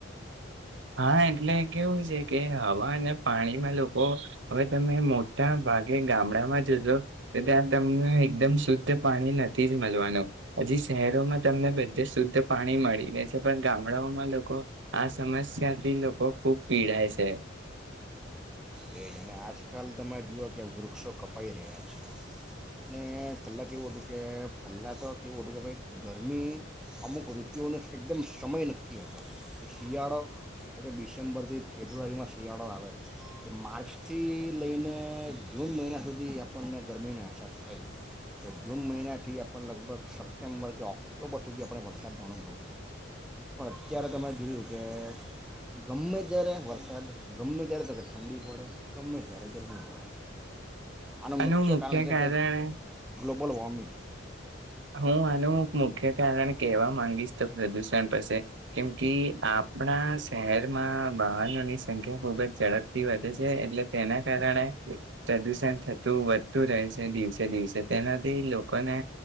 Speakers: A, on the right; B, in the centre.
A: હા એટલે કેવું છે કે હવા અને પાણીમાં લોકો હવે તમે મોટા ભાગે ગામડામાં જોજો તો ત્યાં તમને એકદમ શુદ્ધ પાણી નથી જ મલવાનું હજી શહેરોમાં તમને બધે શુદ્ધ પાણી મળી રહે છે પણ ગામડાઓમાં લોકો આ સમસ્યા સ્યાથી લોકો ખૂબ પીડાાય છે.
B: એ જ અને આજકાલ તમે જુઓ કે વૃક્ષો કપાઈ રહ્યા છે અને પહેલાં કેવું હતું કે પહેલાં તો કેવું હતું કે ભાઈ ગરમી અમુક ઋતુઓનો એકદમ સમય નક્કી હતો કે શિયાળો તો કે ડિસેમ્બરથી ફેબ્રુઆરીમાં શિયાળો આવે એ માર્ચ થી લઈને જૂન મહિના સુધી આપણને ગરમીનો અહેસાસ થઈ એ જૂન મહિનાથી આપણને લગભગ સપ્ટેમ્બર કે ઓક્ટોબર સુધી આપણે વરસાદનો અનુભવો પડે પણ અત્યારે તમે જોયું કે ગમે ત્યારે વરસાદ ગમે ત્યારે તો કે ઠંડી પડે. ગમે ત્યારે ગરમી પડે. આનું
A: અનેનું મુખ્ય
B: કારણ છે
A: કારણે
B: કે ગ્લોબલ વોર્મિંગ.
A: હું આનું મુખ્ય કારણ કેહેવા માંગીશ તો પ્રદુષણ પાસે કેમ કે આપણા શહેરમાં વાહનોની સંખ્યા ખુબ જ ઝડપથી વધે છે એટલે તેના કારણે પ્રદુષણ થતું વધતું રહે છે દિવસે દિવસે તેનાથી લોકોને